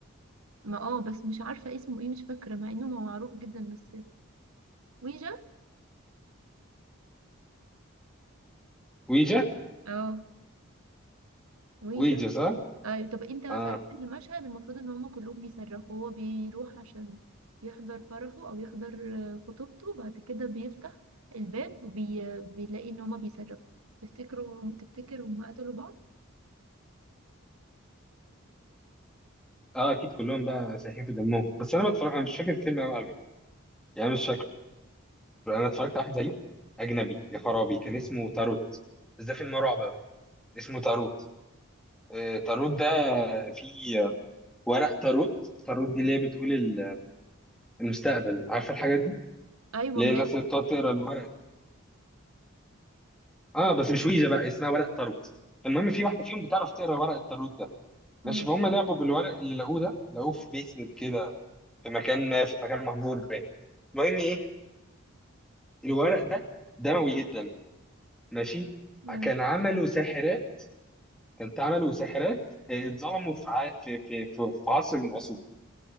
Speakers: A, on the right; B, in the centre.
A: ما اه بس مش عارفة اسمه ايه مش فاكرة مع انه معروف جدا بس ويجا
B: ويجا
A: اه ويجا
B: ويجا صح؟
A: ايوه طب انت بقى
B: آه
A: في اخر المشهد المفروض ان هما كلهم بيصرخوا هو بيروح عشان يحضر فرحه او يحضر آه، خطوبته وبعد كده بيفتح الباب وبيلاقي ان هما بيصرخوا تفتكروا تفتكر هما قتلوا بعض
B: آه أكيد كلهم بقى سايحين في دمهم بس أنا ما اتفرج... أنا مش فاكر الفيلم أوي على فكرة يعني مش فاكر أنا اتفرجت على واحد زيه أجنبي يا خرابي كان اسمه تاروت بس ده فيلم رعب بقى اسمه تاروت آه، تاروت ده في ورق تاروت تاروت دي اللي هي بتقول ال- المستقبل عارفة الحاجات دي؟
A: ايوه
B: اللي
A: ما
B: هي الناس
A: هي
B: اللي بتقعد تقرا الورق اه بس مش ويجا بقى اسمها ورق تاروت المهم في واحده فيهم بتعرف تقرا ورق التاروت ده ماشي
A: مم.
B: فهم لعبوا بالورق اللي لقوه ده لقوه في بيسمنت كده في مكان في مكان مهجور باين المهم ايه الورق ده دموي جدا ماشي
A: مم.
B: كان عملوا ساحرات كانت عملوا ساحرات آه، اتظلموا في ع... في في في في عصر من العصور